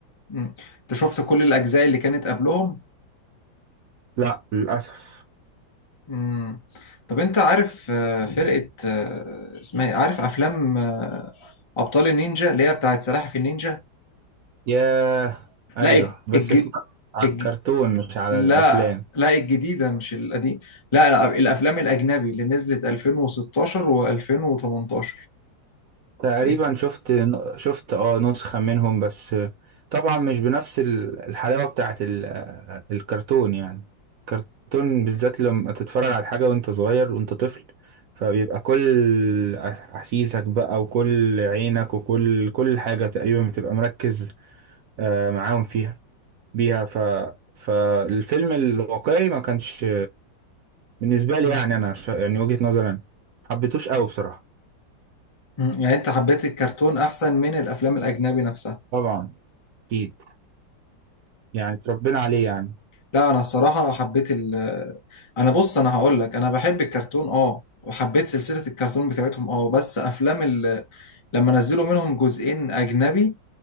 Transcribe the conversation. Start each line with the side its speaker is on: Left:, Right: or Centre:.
Left: مم. انت شفت كل الاجزاء اللي كانت قبلهم
Right: لا للاسف
Left: مم. طب انت عارف آه، فرقة آه، اسمها ايه عارف افلام آه، ابطال النينجا اللي هي بتاعت سلاحف النينجا
Right: ياه ايوه
Left: لا الج...
Right: بس
Left: الج...
Right: اتفرجت على
Left: الج...
Right: الكرتون مش على
Left: لا
Right: الافلام
Left: لا الجديدة مش القديم لا لا، الافلام الاجنبي اللي نزلت 2016 و2018
Right: تقريبا
Left: ايه
Right: شفت شفت اه نسخة منهم بس طبعا مش بنفس ال- الحلاوة بتاعت ال- الكرتون يعني الكرتون بالذات لما تتفرج على حاجة وانت صغير وانت طفل فبيبقى كل أحاسيسك بقى وكل عينك وكل كل حاجة تقريبا بتبقى مركز آه، معاهم فيها بيها ف فالفيلم الواقعي ما كانش بالنسبة لي
Left: مم.
Right: يعني أنا ش- يعني وجهة نظري أنا حبيتوش قوي بصراحة
Left: يعني انت حبيت الكرتون احسن من الافلام الاجنبي نفسها
Right: طبعا أكيد يعني اتربينا عليه يعني
Left: لا انا الصراحه حبيت ال انا بص انا هقول لك انا بحب الكرتون اه وحبيت سلسله الكرتون بتاعتهم اه بس افلام ال... لما نزلوا منهم جزئين اجنبي